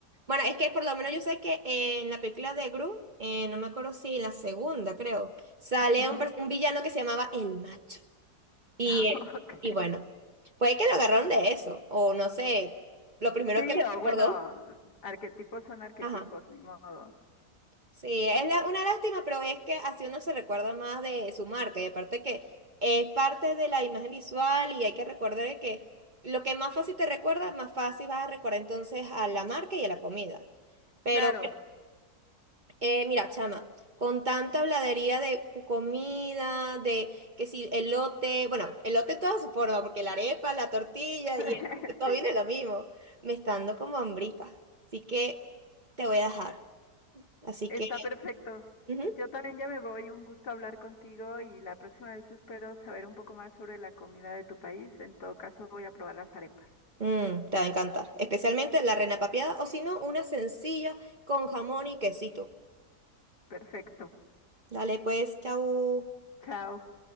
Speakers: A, on the right; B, on the left.
A: Bueno, es que por lo menos yo sé que eh, en la película de Gru, eh, no me acuerdo si en la segunda, creo, sale
B: Ujú.
A: un, per- un villano que se llamaba el macho. Y,
B: <laughs>
A: eh,
B: Ok.
A: y bueno, puede que lo agarraron de eso, o no sé, lo primero
B: Sí,
A: que le
B: o
A: recordó.
B: bueno, arquetipos son arquetipos,
A: Ajá.
B: ni modo.
A: Sí, es la- una lástima, pero es que así uno se recuerda más de su marca y aparte que es parte de la imagen visual y hay que recordar de que lo que más fácil te recuerda, más fácil vas a recordar entonces a la marca y a la comida. Pero
B: Claro,
A: eh, mira, chama, con tanta habladería de cu- comida, de que si elote, bueno, elote en todas sus formas, porque la arepa, la tortilla
B: <laughs>
A: y el, todo
B: sí,
A: viene lo mismo, me está dando como hambrita. Así que te voy a dejar. Así
B: está
A: que...
B: perfecto.
A: ujú.
B: Yo también ya me voy, un gusto hablar contigo y la próxima vez espero saber un poco más sobre la comida de tu país. En todo caso, voy a probar las arepas.
A: Mm, te va a encantar. Especialmente la reina papeada o si no, una sencilla con jamón y quesito.
B: Perfecto.
A: Dale pues, chao.
B: Chao.